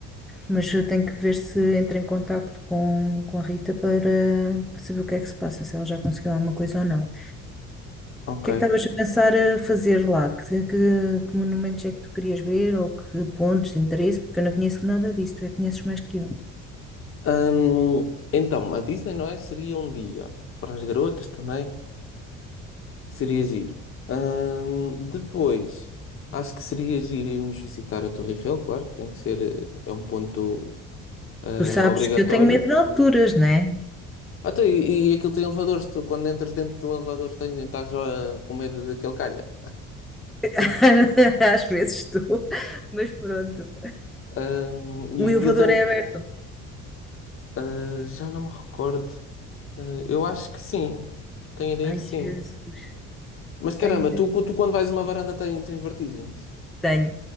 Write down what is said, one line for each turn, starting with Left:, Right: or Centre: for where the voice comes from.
Centre: Mas eu tenho que ver se entra em contacto com, com a Rita para, para saber o que é que se passa, se ela já conseguiu alguma coisa ou não.
Left: ok.
Centre: que é que estavas a pensar a fazer lá? Que, que, que monumentos é que tu querias ver ou que pontos de interesse? Porque eu não conheço nada disso, tu é que conheces mais que eu.
Left: Ahm, então, a Disney, não é? Seria um dia para as garotas também. Seria giro. Ahm, depois, acho que seria giro irmos visitar a Torre Eiffel, claro que tem que ser, eh, é um ponto ah,
Centre: Tu sabes
Left: obrigatório.
Centre: que eu tenho medo de alturas, né?
Left: Ah, tá, e, e aquilo tem elevadores, tu quando entras dentro do elevador tens estás ah, com medo de que ele caia.
Centre: <laughs>
Left: <laughs>
Centre: Às vezes estou, mas pronto.
Left: Ahm,
Centre: O
Left: e aquilo
Centre: elevador
Left: tem,
Centre: é aberto.
Left: ah, já não me recordo, Ah, eu acho que sim, tenho a ideia
Centre: Ai,
Left: que sim.
Centre: Jesus.
Left: Mas caramba,
Centre: Ai, Jesus.
Left: tu, tu quando vais a uma varanda tem- tens vertigens.
Centre: tenho.